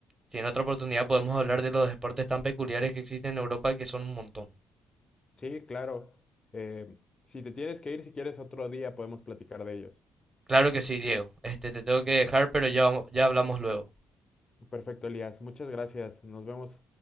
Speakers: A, on the right; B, on the left.
A: si en otra oportunidad podemos hablar de los deportes tan peculiares que existen en Europa, que son un montón.
B: Sí, claro. Eh, si te tienes que ir, si quieres otro día podemos platicar de ellos.
A: Claro que sí, Diego. Este, te tengo que dejar, pero ya, vamo- ya hablamos luego.
B: Perfecto, Elías. Muchas gracias. Nos vemos.